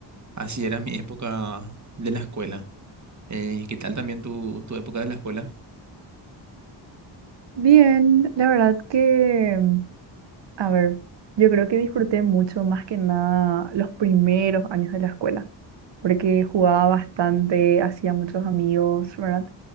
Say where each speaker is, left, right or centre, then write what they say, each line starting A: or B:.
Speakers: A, on the right; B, on the right.
A: Así era mi época de la escuela. Eh, ¿qué tal también tu, tu época de la escuela?
B: Bien, la verdad que, mm, a ver, yo creo que disfruté mucho más que nada los primeros años de la escuela. porque jugaba bastante, hacía muchos amigos, ¿verdad?